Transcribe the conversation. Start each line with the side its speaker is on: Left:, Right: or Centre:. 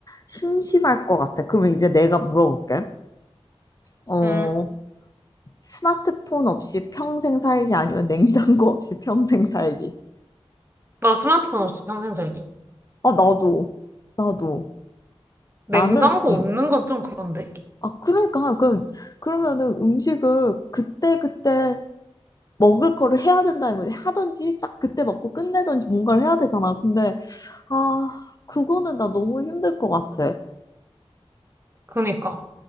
Left: 심심할 것 같아. 그러면 이제 내가 물어볼게. 어,
Right: 음,
Left: 스마트폰 없이 평생 살기 아니면 냉장고 없이 평생 살기.
Right: 나 스마트폰 없이 평생 살기.
Left: 아, 나도. 나도.
Right: 냉장고
Left: 나는, 음.
Right: 없는 건 좀 그런데?
Left: 아, 그러니까. 그럼, 그러면은 음식을 그때그때 먹을 거를 해야 된다는 거지. 하든지, 딱 그때 먹고 끝내든지 뭔가를 해야 되잖아. 근데, 아, 그거는 나 너무 힘들 것 같아.
Right: 그니까.